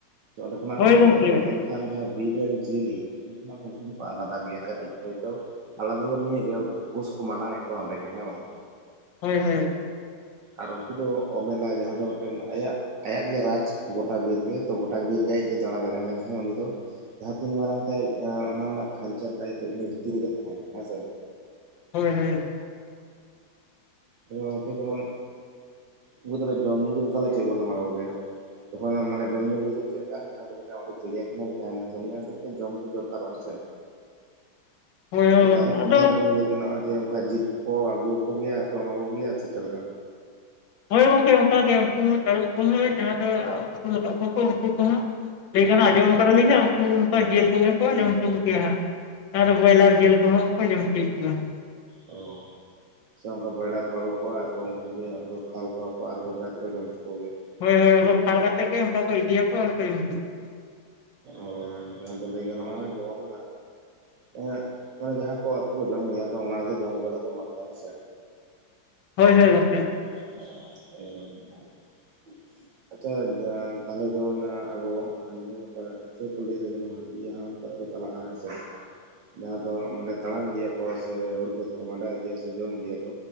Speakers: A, on the right; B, on the left.
A: ᱚᱸᱰᱮ ᱠᱷᱚᱱᱟᱜ
B: ᱦᱳᱭ
A: ᱦᱚᱸᱵᱚᱱ ᱧᱮᱞ
B: ᱜᱚᱝᱠᱮ
A: ᱫᱟᱲᱮ ᱠᱚᱣᱟ ᱢᱮᱱᱠᱷᱟᱱ ᱡᱟᱦᱟᱸ ᱵᱤᱨ ᱨᱮᱱ ᱡᱤᱭᱟᱹᱞᱤ ᱩᱱᱠᱩ ᱠᱷᱚᱱᱟᱜ ᱫᱚ ᱩᱱᱠᱩ ᱫᱚᱠᱚ ᱟᱞᱟᱫᱟ ᱜᱮᱭᱟ ᱠᱟᱹᱴᱤᱡ ᱦᱚᱭ ᱛᱚ ᱟᱞᱟᱫᱟ ᱫᱚ ᱱᱤᱭᱟᱹ ᱜᱮ ᱩᱱᱠᱩ ᱫᱚ ᱯᱩᱥ ᱠᱚ ᱢᱟᱱᱟᱣᱮᱫ ᱠᱚᱣᱟ ᱚᱸᱰᱮ ᱜᱮ ᱦᱮᱸ ᱵᱟᱝ
B: ᱦᱳᱭ ᱦᱳᱭ ᱾
A: ᱟᱨ ᱩᱱᱠᱩ ᱫᱚ ᱚᱢᱮᱞᱟ ᱡᱟᱦᱟᱸ ᱫᱚ ᱢᱤᱫᱴᱮᱱ ᱟᱭᱟᱜ ᱟᱭᱟᱜ ᱜᱮ ᱨᱟᱡᱽ ᱜᱚᱴᱟ ᱵᱤᱨ ᱜᱮ ᱛᱚ ᱜᱚᱴᱟ ᱵᱤᱨ ᱜᱮ ᱟᱡᱛᱮᱭ ᱫᱟᱬᱟ ᱫᱟᱲᱮᱭᱟᱜᱼᱟ ᱢᱮᱱᱠᱷᱟᱱ ᱩᱱᱤ ᱫᱚ ᱡᱟᱦᱟᱸ ᱛᱤᱱ ᱢᱟᱨᱟᱝ ᱛᱮ ᱚᱱᱟ ᱨᱮᱱᱟᱜ ᱠᱷᱟᱧᱪᱟ ᱛᱟᱭ ᱤᱱᱟᱹ ᱵᱷᱤᱛᱤᱨ ᱨᱮᱜᱮ ᱛᱟᱦᱮᱱᱟ ᱦᱮᱸ ᱥᱮ
B: ᱦᱳᱭ ᱦᱳᱭ ᱾
A: ᱚ ᱜᱚᱝᱠᱮ ᱡᱮᱢᱚᱱ ᱩᱱᱠᱩ ᱛᱟᱦᱚᱞᱮ ᱡᱚᱢ ᱧᱩ ᱠᱚᱫᱚ ᱛᱟᱦᱚᱞᱮ ᱪᱮᱫ ᱵᱚᱱ ᱮᱢᱟ ᱠᱚ ᱜᱮᱭᱟ ᱛᱚᱠᱷᱚᱱ ᱢᱟᱱᱮ ᱡᱚᱢ ᱧᱩ ᱵᱚᱞᱛᱮ ᱪᱮᱫ ᱞᱮᱠᱟ ᱡᱟᱦᱟᱸ ᱮᱴᱟ ᱚᱸᱰᱮ ᱪᱤᱲᱤᱭᱟᱠᱷᱟᱱᱟ ᱜᱮ ᱛᱟᱦᱮᱱᱟ ᱛᱚ ᱩᱱᱤᱭᱟ ᱛᱚ ᱡᱚᱢ ᱧᱩ ᱫᱚᱫᱚᱨᱠᱟᱨᱚᱜᱼᱟ ᱾ ᱥᱮ
B: ᱜᱚᱝᱠᱮ ᱦᱳᱭ ᱦᱳᱭ ᱜᱚᱝᱠᱮ
A: ᱛᱟᱹᱨᱩᱵ
B: ᱟᱫᱚ
A: ᱠᱚᱦᱚᱸ ᱡᱮᱢᱚᱱ ᱞᱟᱹᱭ ᱜᱟᱱᱚᱜᱼᱟ ᱡᱮ ᱚᱱᱠᱟ ᱡᱤᱞ ᱠᱚᱠᱚ ᱟᱹᱜᱩᱣᱟᱠ ᱜᱮᱭᱟ ᱟᱨᱠᱚ ᱮᱢᱟ ᱠᱚ ᱜᱮᱭᱟ ᱥᱮ ᱪᱮᱫ ᱞᱮᱠᱟ
B: ᱦᱚᱳᱭ ᱜᱚᱝᱠᱮ ᱚᱱᱠᱟᱜ ᱜᱮ ᱩᱱᱠᱩ ᱛᱟᱹᱨᱩᱵ ᱠᱚᱦᱚᱸ ᱡᱟᱦᱟᱸ ᱫᱚ ᱟᱹᱥᱩᱞ ᱟᱠᱟᱫ ᱠᱚᱣᱟ ᱩᱱᱠᱩ ᱠᱚᱦᱚᱸ ᱞᱟᱹᱭ ᱜᱟᱱᱚᱜᱼᱟ ᱟᱸᱚᱢ ᱟᱠᱟᱫᱟ ᱞᱤᱧ ᱦᱟᱸᱜ ᱩᱱᱠᱩ ᱚᱱᱠᱟ ᱡᱮᱞ ᱠᱚᱜᱮ ᱠᱚᱸᱡᱚᱢ ᱦᱚᱪᱚ ᱠᱚ ᱜᱮᱭᱟ ᱦᱟᱸᱜ ᱾ ᱟᱨ ᱵᱚᱭᱞᱟᱨ ᱡᱤᱞ ᱠᱚᱦᱚᱸ ᱠᱚ ᱡᱚᱢ ᱦᱚᱪᱚᱭᱮᱫ ᱠᱚᱣᱟ ᱾
A: ᱚ ᱾ ᱥᱮ ᱚᱱᱠᱟ ᱵᱚᱭᱞᱟᱨ ᱠᱚ ᱟᱜᱩ ᱠᱚᱣᱟ ᱛᱚ ᱩᱱᱠᱩ ᱜᱮ ᱠᱷᱟᱞ ᱠᱚᱣᱟ ᱠᱚ ᱟᱨ ᱚᱝᱠᱟ ᱛᱮ ᱠᱚ ᱡᱚᱢ ᱦᱚᱪᱚ ᱠᱚᱜᱮᱭᱟ ᱾
B: ᱦᱳᱭ ᱦᱳᱭ ᱩᱱ ᱠᱷᱟᱞ ᱠᱟᱛᱮ ᱜᱮ ᱚᱱᱠᱟ ᱠᱚ ᱤᱫᱤᱭᱟᱠᱚ ᱟᱨᱠᱚ ᱡᱚᱢ ᱦᱚᱪᱚ
A: ᱚ ᱡᱟᱦᱟᱸ ᱫᱚ ᱞᱟᱹᱭ ᱜᱟᱱᱚᱜᱼᱟ᱾ ᱡᱮᱢᱚᱱ ᱮᱜ ᱢᱟᱱᱮ ᱡᱟᱦᱟᱸ ᱠᱚ ᱟᱠᱚ ᱠᱚ ᱡᱚᱢ ᱜᱮᱭᱟ ᱚᱱᱟᱜᱮ ᱡᱚᱢ ᱠᱚᱫᱚ ᱠᱚ ᱮᱢᱟ ᱠᱚᱣᱟ ᱦᱮᱸᱥᱮ᱾
B: ᱦᱳᱭ ᱦᱳᱭ ᱜᱚᱝᱠᱮ᱾
A: <inaudible>
B: <inaudible>
A: ᱟᱪᱪᱷᱟ ᱛᱟᱦᱞᱮ ᱡᱮᱢᱚᱱ ᱟᱵᱚ ᱟᱸᱡᱚᱢ ᱧᱟᱢᱚᱜ ᱠᱟᱱᱟ ᱪᱮᱫ ᱠᱚ ᱞᱟᱹᱭ ᱫᱟ ᱡᱮᱢᱚᱱ ᱦᱟᱸᱜ ᱤᱭᱟᱹ ᱦᱟᱸᱜ ᱚᱱᱠᱟᱛᱮᱠᱚ ᱪᱟᱞᱟᱜᱼᱟ ᱦᱮᱸ ᱥᱮ᱾ ᱡᱟᱦᱟᱸ ᱫᱚ ᱢᱟᱱᱮ ᱛᱟᱲᱟᱢ ᱤᱫᱤᱭᱟᱠᱚ ᱥᱮ, ᱦᱩᱲᱩ ᱠᱷᱮᱛ ᱠᱚ ᱢᱟᱸᱰᱟ ᱤᱫᱤᱭᱟ, ᱥᱮ ᱡᱚᱢ ᱤᱫᱤᱭᱟᱠᱚ᱾